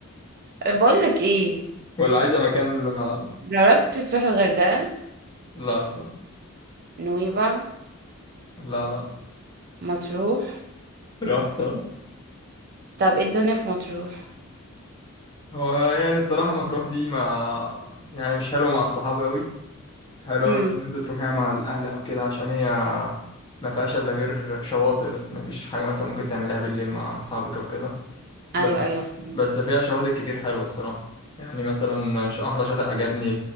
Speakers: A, on the right; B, on the left.
A: بقول لك ايه
B: ولا عايزة مكان آه،
A: جربت تروح الغردقة
B: لا صح
A: نويبع
B: لا لا
A: مطروح
B: رحت آه.
A: طب ايه الدنيا في مطروح
B: هو يعني الصراحة مطروح دي ما يعني مش حلوة مع الصحاب قوي حلوة
A: هم
B: بس إن أنت تروحيها مع الأهل أو كده عشان هي ما فيهاش إلا غير شواطئ بس ما فيش حاجة مثلا ممكن تعملها بالليل مع أصحابك أو كده
A: ايوه
B: بس
A: ايوه فهمت
B: بس فيها شواطئ كتير حلوة الصراحة يعني مثلا ش- أحلى شاطئ عجبني